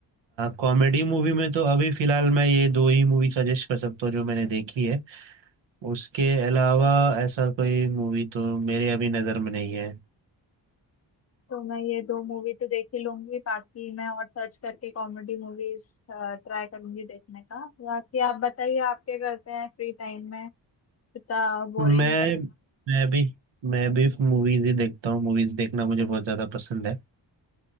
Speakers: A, on the right (about 75°); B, on the left (about 35°).
A: कॉमेडी मूवी में तो अभी फिलहाल मैं ये दो ही मूवी सजेस्ट कर सकता हूँ जो मैंने देखी है उसके अलावा ऐसा कोई मूवी तो मेरे अभी नज़र में नहीं है
B: तो मैं ये दो मूवी तो देख ही लूंगी बाकी मैं और सर्च करके कॉमेडी मूवीज ट्राई करूंगी देखने का बाकी आप बताइए आप क्या करते हैं फ्री टाइम में इतना बोरिंग
A: मैं
B: चला
A: मैं भी मैं भी मूवीज ही देखता हूँ मूवीज देखना मुझे बहुत ज़्यादा पसंद है